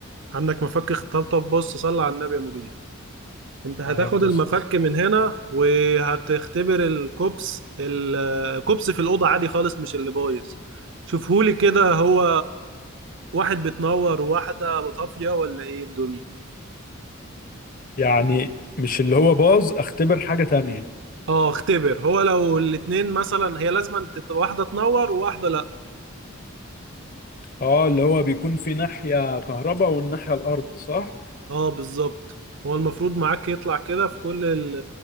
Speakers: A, on the right; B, on the left.
A: عندك مفك طب طب بص صلي على النبي يا مدير انت هتاخد
B: هيفضل
A: المفك
B: ستة أسابيع.
A: من هنا وهتختبر الكوبس الكوبس في الاوضه عادي خالص مش اللي بايظ شوفهولي كده هو واحد بتنور وواحده طافيه ولا ايه الدنيا
B: يعني مش اللي هو باظ اختبر حاجة تانية
A: اه اختبر هو لو الاتنين مثلا هي لازم تت... واحدة تنور وواحدة لا
B: اه اللي هو بيكون في ناحية كهرباء والناحية الارضي صح
A: اه بالظبط هو المفروض معاك يطلع كده في كل ال...